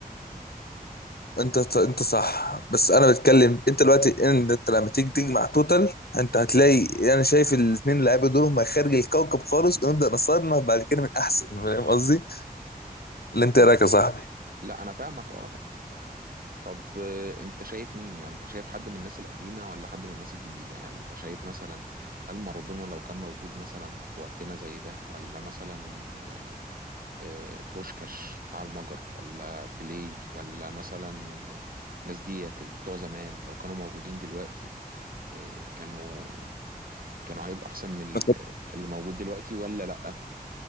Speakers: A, on the left; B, on the right.
A: انت انت صح بس انا بتكلم انت دلوقتي ان انت لما تيجي تجمع توتال انت هتلاقي انا شايف الاثنين لعيبه دول هم خارج الكوكب خالص ونبدا نصنف بعد كده من احسن <laughs> فاهم قصدي؟ اللي انت
B: إيه،
A: إيه رايك يا صاحبي
B: لا أنا فاهمك أه طب آه، أنت شايف مين يعني أنت شايف حد من الناس القديمة ولا حد من الناس الجديدة يعني أنت شايف مثلا هل مارادونا لو كان موجود مثلا في وقتنا زي ده ولا مثلا آه، آه، بوشكاش بتاع المجر ولا بيليه ولا مثلا آه، الناس ديت بتوع زمان لو كانوا موجودين دلوقتي آه، كانوا كانوا هيبقوا احسن من ال-
A: ما كان-
B: اللي موجود دلوقتي ولا لا